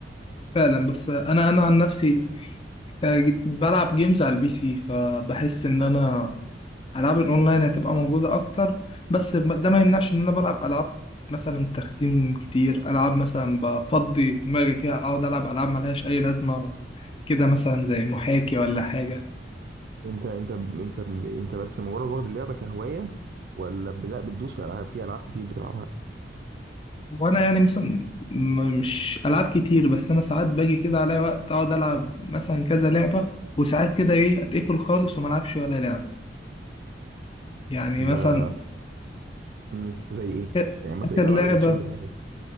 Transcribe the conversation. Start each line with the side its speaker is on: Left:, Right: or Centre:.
Left: فعلا بس انا انا عن نفسي آه، بلعب جيمز على البي سي فبحس ان انا العاب الاونلاين هتبقى موجوده اكتر بس ب- ده ما يمنعش ان انا بلعب العاب مثلا تختيم كتير العاب مثلا بفضي دماغي فيها اقعد العب العاب ملهاش اي لازمه كده مثلا زي محاكي ولا حاجه
Right: انت انت انت انت بس مجرد واخد اللعبه كهوايه ولا ب- لا بتدوس في العاب في العاب كتير بتلعبها
Left: وانا يعني مثلا م- مش العاب كتير بس انا ساعات باجي كده عليا وقت اقعد العب مثلا كذا لعبه وساعات كده ايه اتقفل خالص وما العبش ولا لعبه يعني
Right: ده
Left: مثلا
Right: مم. زي ايه
Left: آخر
Right: يعني مثلا
Left: آخر
Right: ايه الالعاب
Left: لعبه
Right: اللي بتشدك اساسا